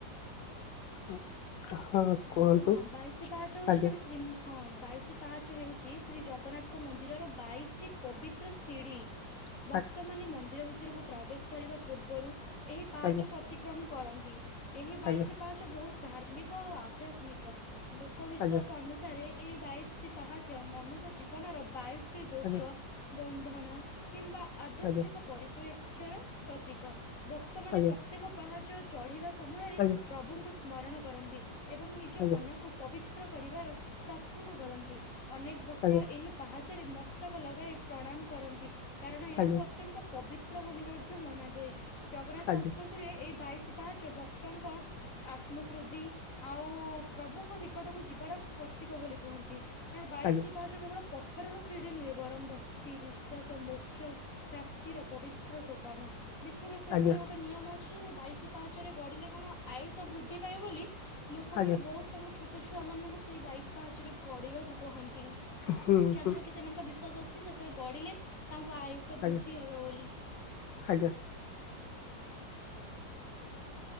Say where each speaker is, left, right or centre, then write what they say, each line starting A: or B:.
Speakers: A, on the left; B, on the left.
A: ହଁ। କୁହନ୍ତୁ
B: ଆମର ହଁ ବାଇଶି ପାହାଚ ହଉଛି
A: ଆଜ୍ଞା
B: ମାନେ ଶ୍ରୀ ହଁ ବାଇଶ ପାହାଚ ହେଉଛି ଶ୍ରୀ ଜଗନ୍ନାଥଙ୍କ ମନ୍ଦିରର ବାଇଶଟି ପବିତ୍ର ସିଢ଼ି।
A: <inaudible>
B: ଭକ୍ତମାନେ ମନ୍ଦିର ଭିତରକୁ ପ୍ରବେଶ କରିବା ପୂର୍ବରୁ ଏହି ପାଚ
A: ଆଜ୍ଞା
B: କୁ ଅତିକ୍ରମ କରନ୍ତି ଏହି ବାଇଶି
A: ଆଜ୍ଞା
B: ପାହାଚ ବହୁତ ଧାର୍ମିକ ଓ ଆଧ୍ୟାତ୍ମିକ। ଲୋକବିଶ୍ୱାସ
A: ଆଜ୍ଞା
B: ଅନୁସାରେ ଏଇ ବାଇଶଟି ପାହାଚ ମନୁଷ୍ୟ ଜୀବନର ବାଇଶ ଟି ଦୋଷ
A: ଆଜ୍ଞା
B: ବନ୍ଧନ କିମ୍ବା ଆଧ୍ୟାତ୍ମିକ
A: ଆଜ୍ଞା
B: ପରିପେ କ୍ଷର ପ୍ରତୀକ। ଭ ଭକ୍ତ ମାନେ
A: ଆଜ୍ଞା
B: ପ୍ରତ୍ୟେକ ପାହାଚ ଚଢିବା ସମୟରେ
A: ଆଜ୍ଞା
B: ପ୍ରଭୁଙ୍କୁ ସ୍ମରଣ କରନ୍ତି। ଏବଂ ନିଜ
A: ଆଜ୍ଞା
B: ମନକୁ ପବିତ୍ର କରିବାର ପ୍ରାର୍ଥନା କରନ୍ତି। ଅନେକ ଭକ୍ତ
A: ଆଜ୍ଞା
B: ଏହି ପାହାଚରେ ମସ୍ତକ ଲଗାଇ ପ୍ରଣାମ କରନ୍ତି। କାରଣ ଏହାକୁ
A: ଆଜ୍ଞା
B: ଅତ୍ୟନ୍ତ ପବିତ୍ର ବୋଲି ମଧ୍ୟ ମନାଯାଏ, ଜଗନ୍ନାଥ
A: ଆଜ୍ଞା
B: ସଂସ୍କୃତିରେ ଏଇ ବାଇଶି ପାହାଚ ଭକ୍ତ ଭକ୍ତ ଙ୍କ ଆତ୍ମଶ୍ରୁଦ୍ତି ଆଉ ପ୍ରଭୁଙ୍କ ନିକଟକୁ ଯିବାର ପ୍ରତୀକ ବୋଲି କୁହନ୍ତି। କାରଣ ବାଇଶଟି
A: ଆଜ୍ଞା
B: ପାହାଚ କେବଳ ପଥରର ସିଢ଼ି ନୁହେଁ ବରଂ ଭକ୍ତି ବିଶ୍ଵାସ ମୋକ୍ଷ୍ୟ ପ୍ରାପ୍ତିର ପବିତ୍ର ସୋପାନ। ଦେଖିବେ ସେଥିରେ
A: ଆଜ୍ଞା
B: ଗୋଟେ ନିୟମ ଅ କିଛି ବାଇଶି ପାଚରେ ଗଢିଲେ କଣ ଆୟୁଷ ବୃଦ୍ଧି ପାଇବ ବୋଲି। ଲୋକମାନେ
A: ଆଜ୍ଞା
B: ବହୁତ ତାଙ୍କ ଛୋଟ ଛୁଆ ମାନଙ୍କୁ ସେଇ ବାଇଶ ପାହାଚରେ ଗଡିବାକୁ କହନ୍ତି।
A: ହୁଁ,
B: ଯାହାଦ୍ୱାରା
A: ହୁଁ।
B: କି ସେମାନଙ୍କ ବିଶ୍ଵାସ ଅଛି ସେଥିରେ ଗଢିଲେ ତାଙ୍କ ଆୟୁଷ ବୃଦ୍ଧି
A: ଆଜ୍ଞା
B: ହବ ବୋଲି।
A: ଆଜ୍ଞା
B: ହଁ।